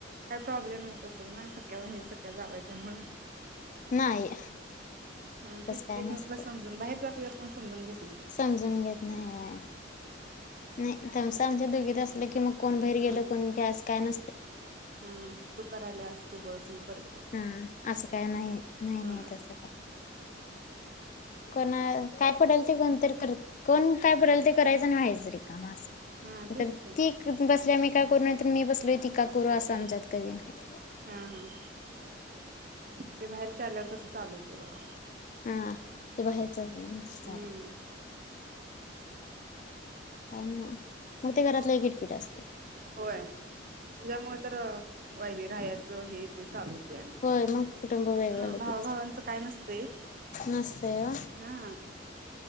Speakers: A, on the right; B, on the left.
A: काही प्रॉब्लेम येत असेल नाय, सख्या बहिणी सख्या जावा त्यामुळ.
B: नाही
A: हा
B: तस
A: तेच
B: काय
A: एकमेकला
B: नसतं
A: समजून बाहेरच असल्या पण समजून घ
B: समजून घेत नाही बा, नाही तस आमच्या दुघीत असलं की, मग कोण बाहेर गेलं
A: हा
B: कोण अस. काय न
A: हा तू कराल्यास असत. तू बस म कर
B: हा असं काय नाही नाही
A: हा
B: नाही तसं काय? कोण काय पडेल ते कोणत करत कोण काय पडेल ते करायचं आणि व्हायचं रे का म अस.
A: हा
B: म
A: तेच
B: ती बसल्या मही काय करूनय तर मी बसलय ती का. करू असं
A: की
B: आमच्यात कधी नाही
A: हा हा ते बाहेरच्या आल्यावर तसं चालू होतंय बघा
B: हा. ते बाहेयरचंच म
A: हम्म
B: चालत. काय ना मग ते घरातलं एक किटकिट असते.
A: होय त्याच्यामुळे तर वाहिली राहायचं हे ते चालू. होतंय आणि
B: होय मग कुटुंब वेगळं
A: हा
B: लगेच
A: भावा भावांचं काय नसतंय
B: नसतय.
A: हा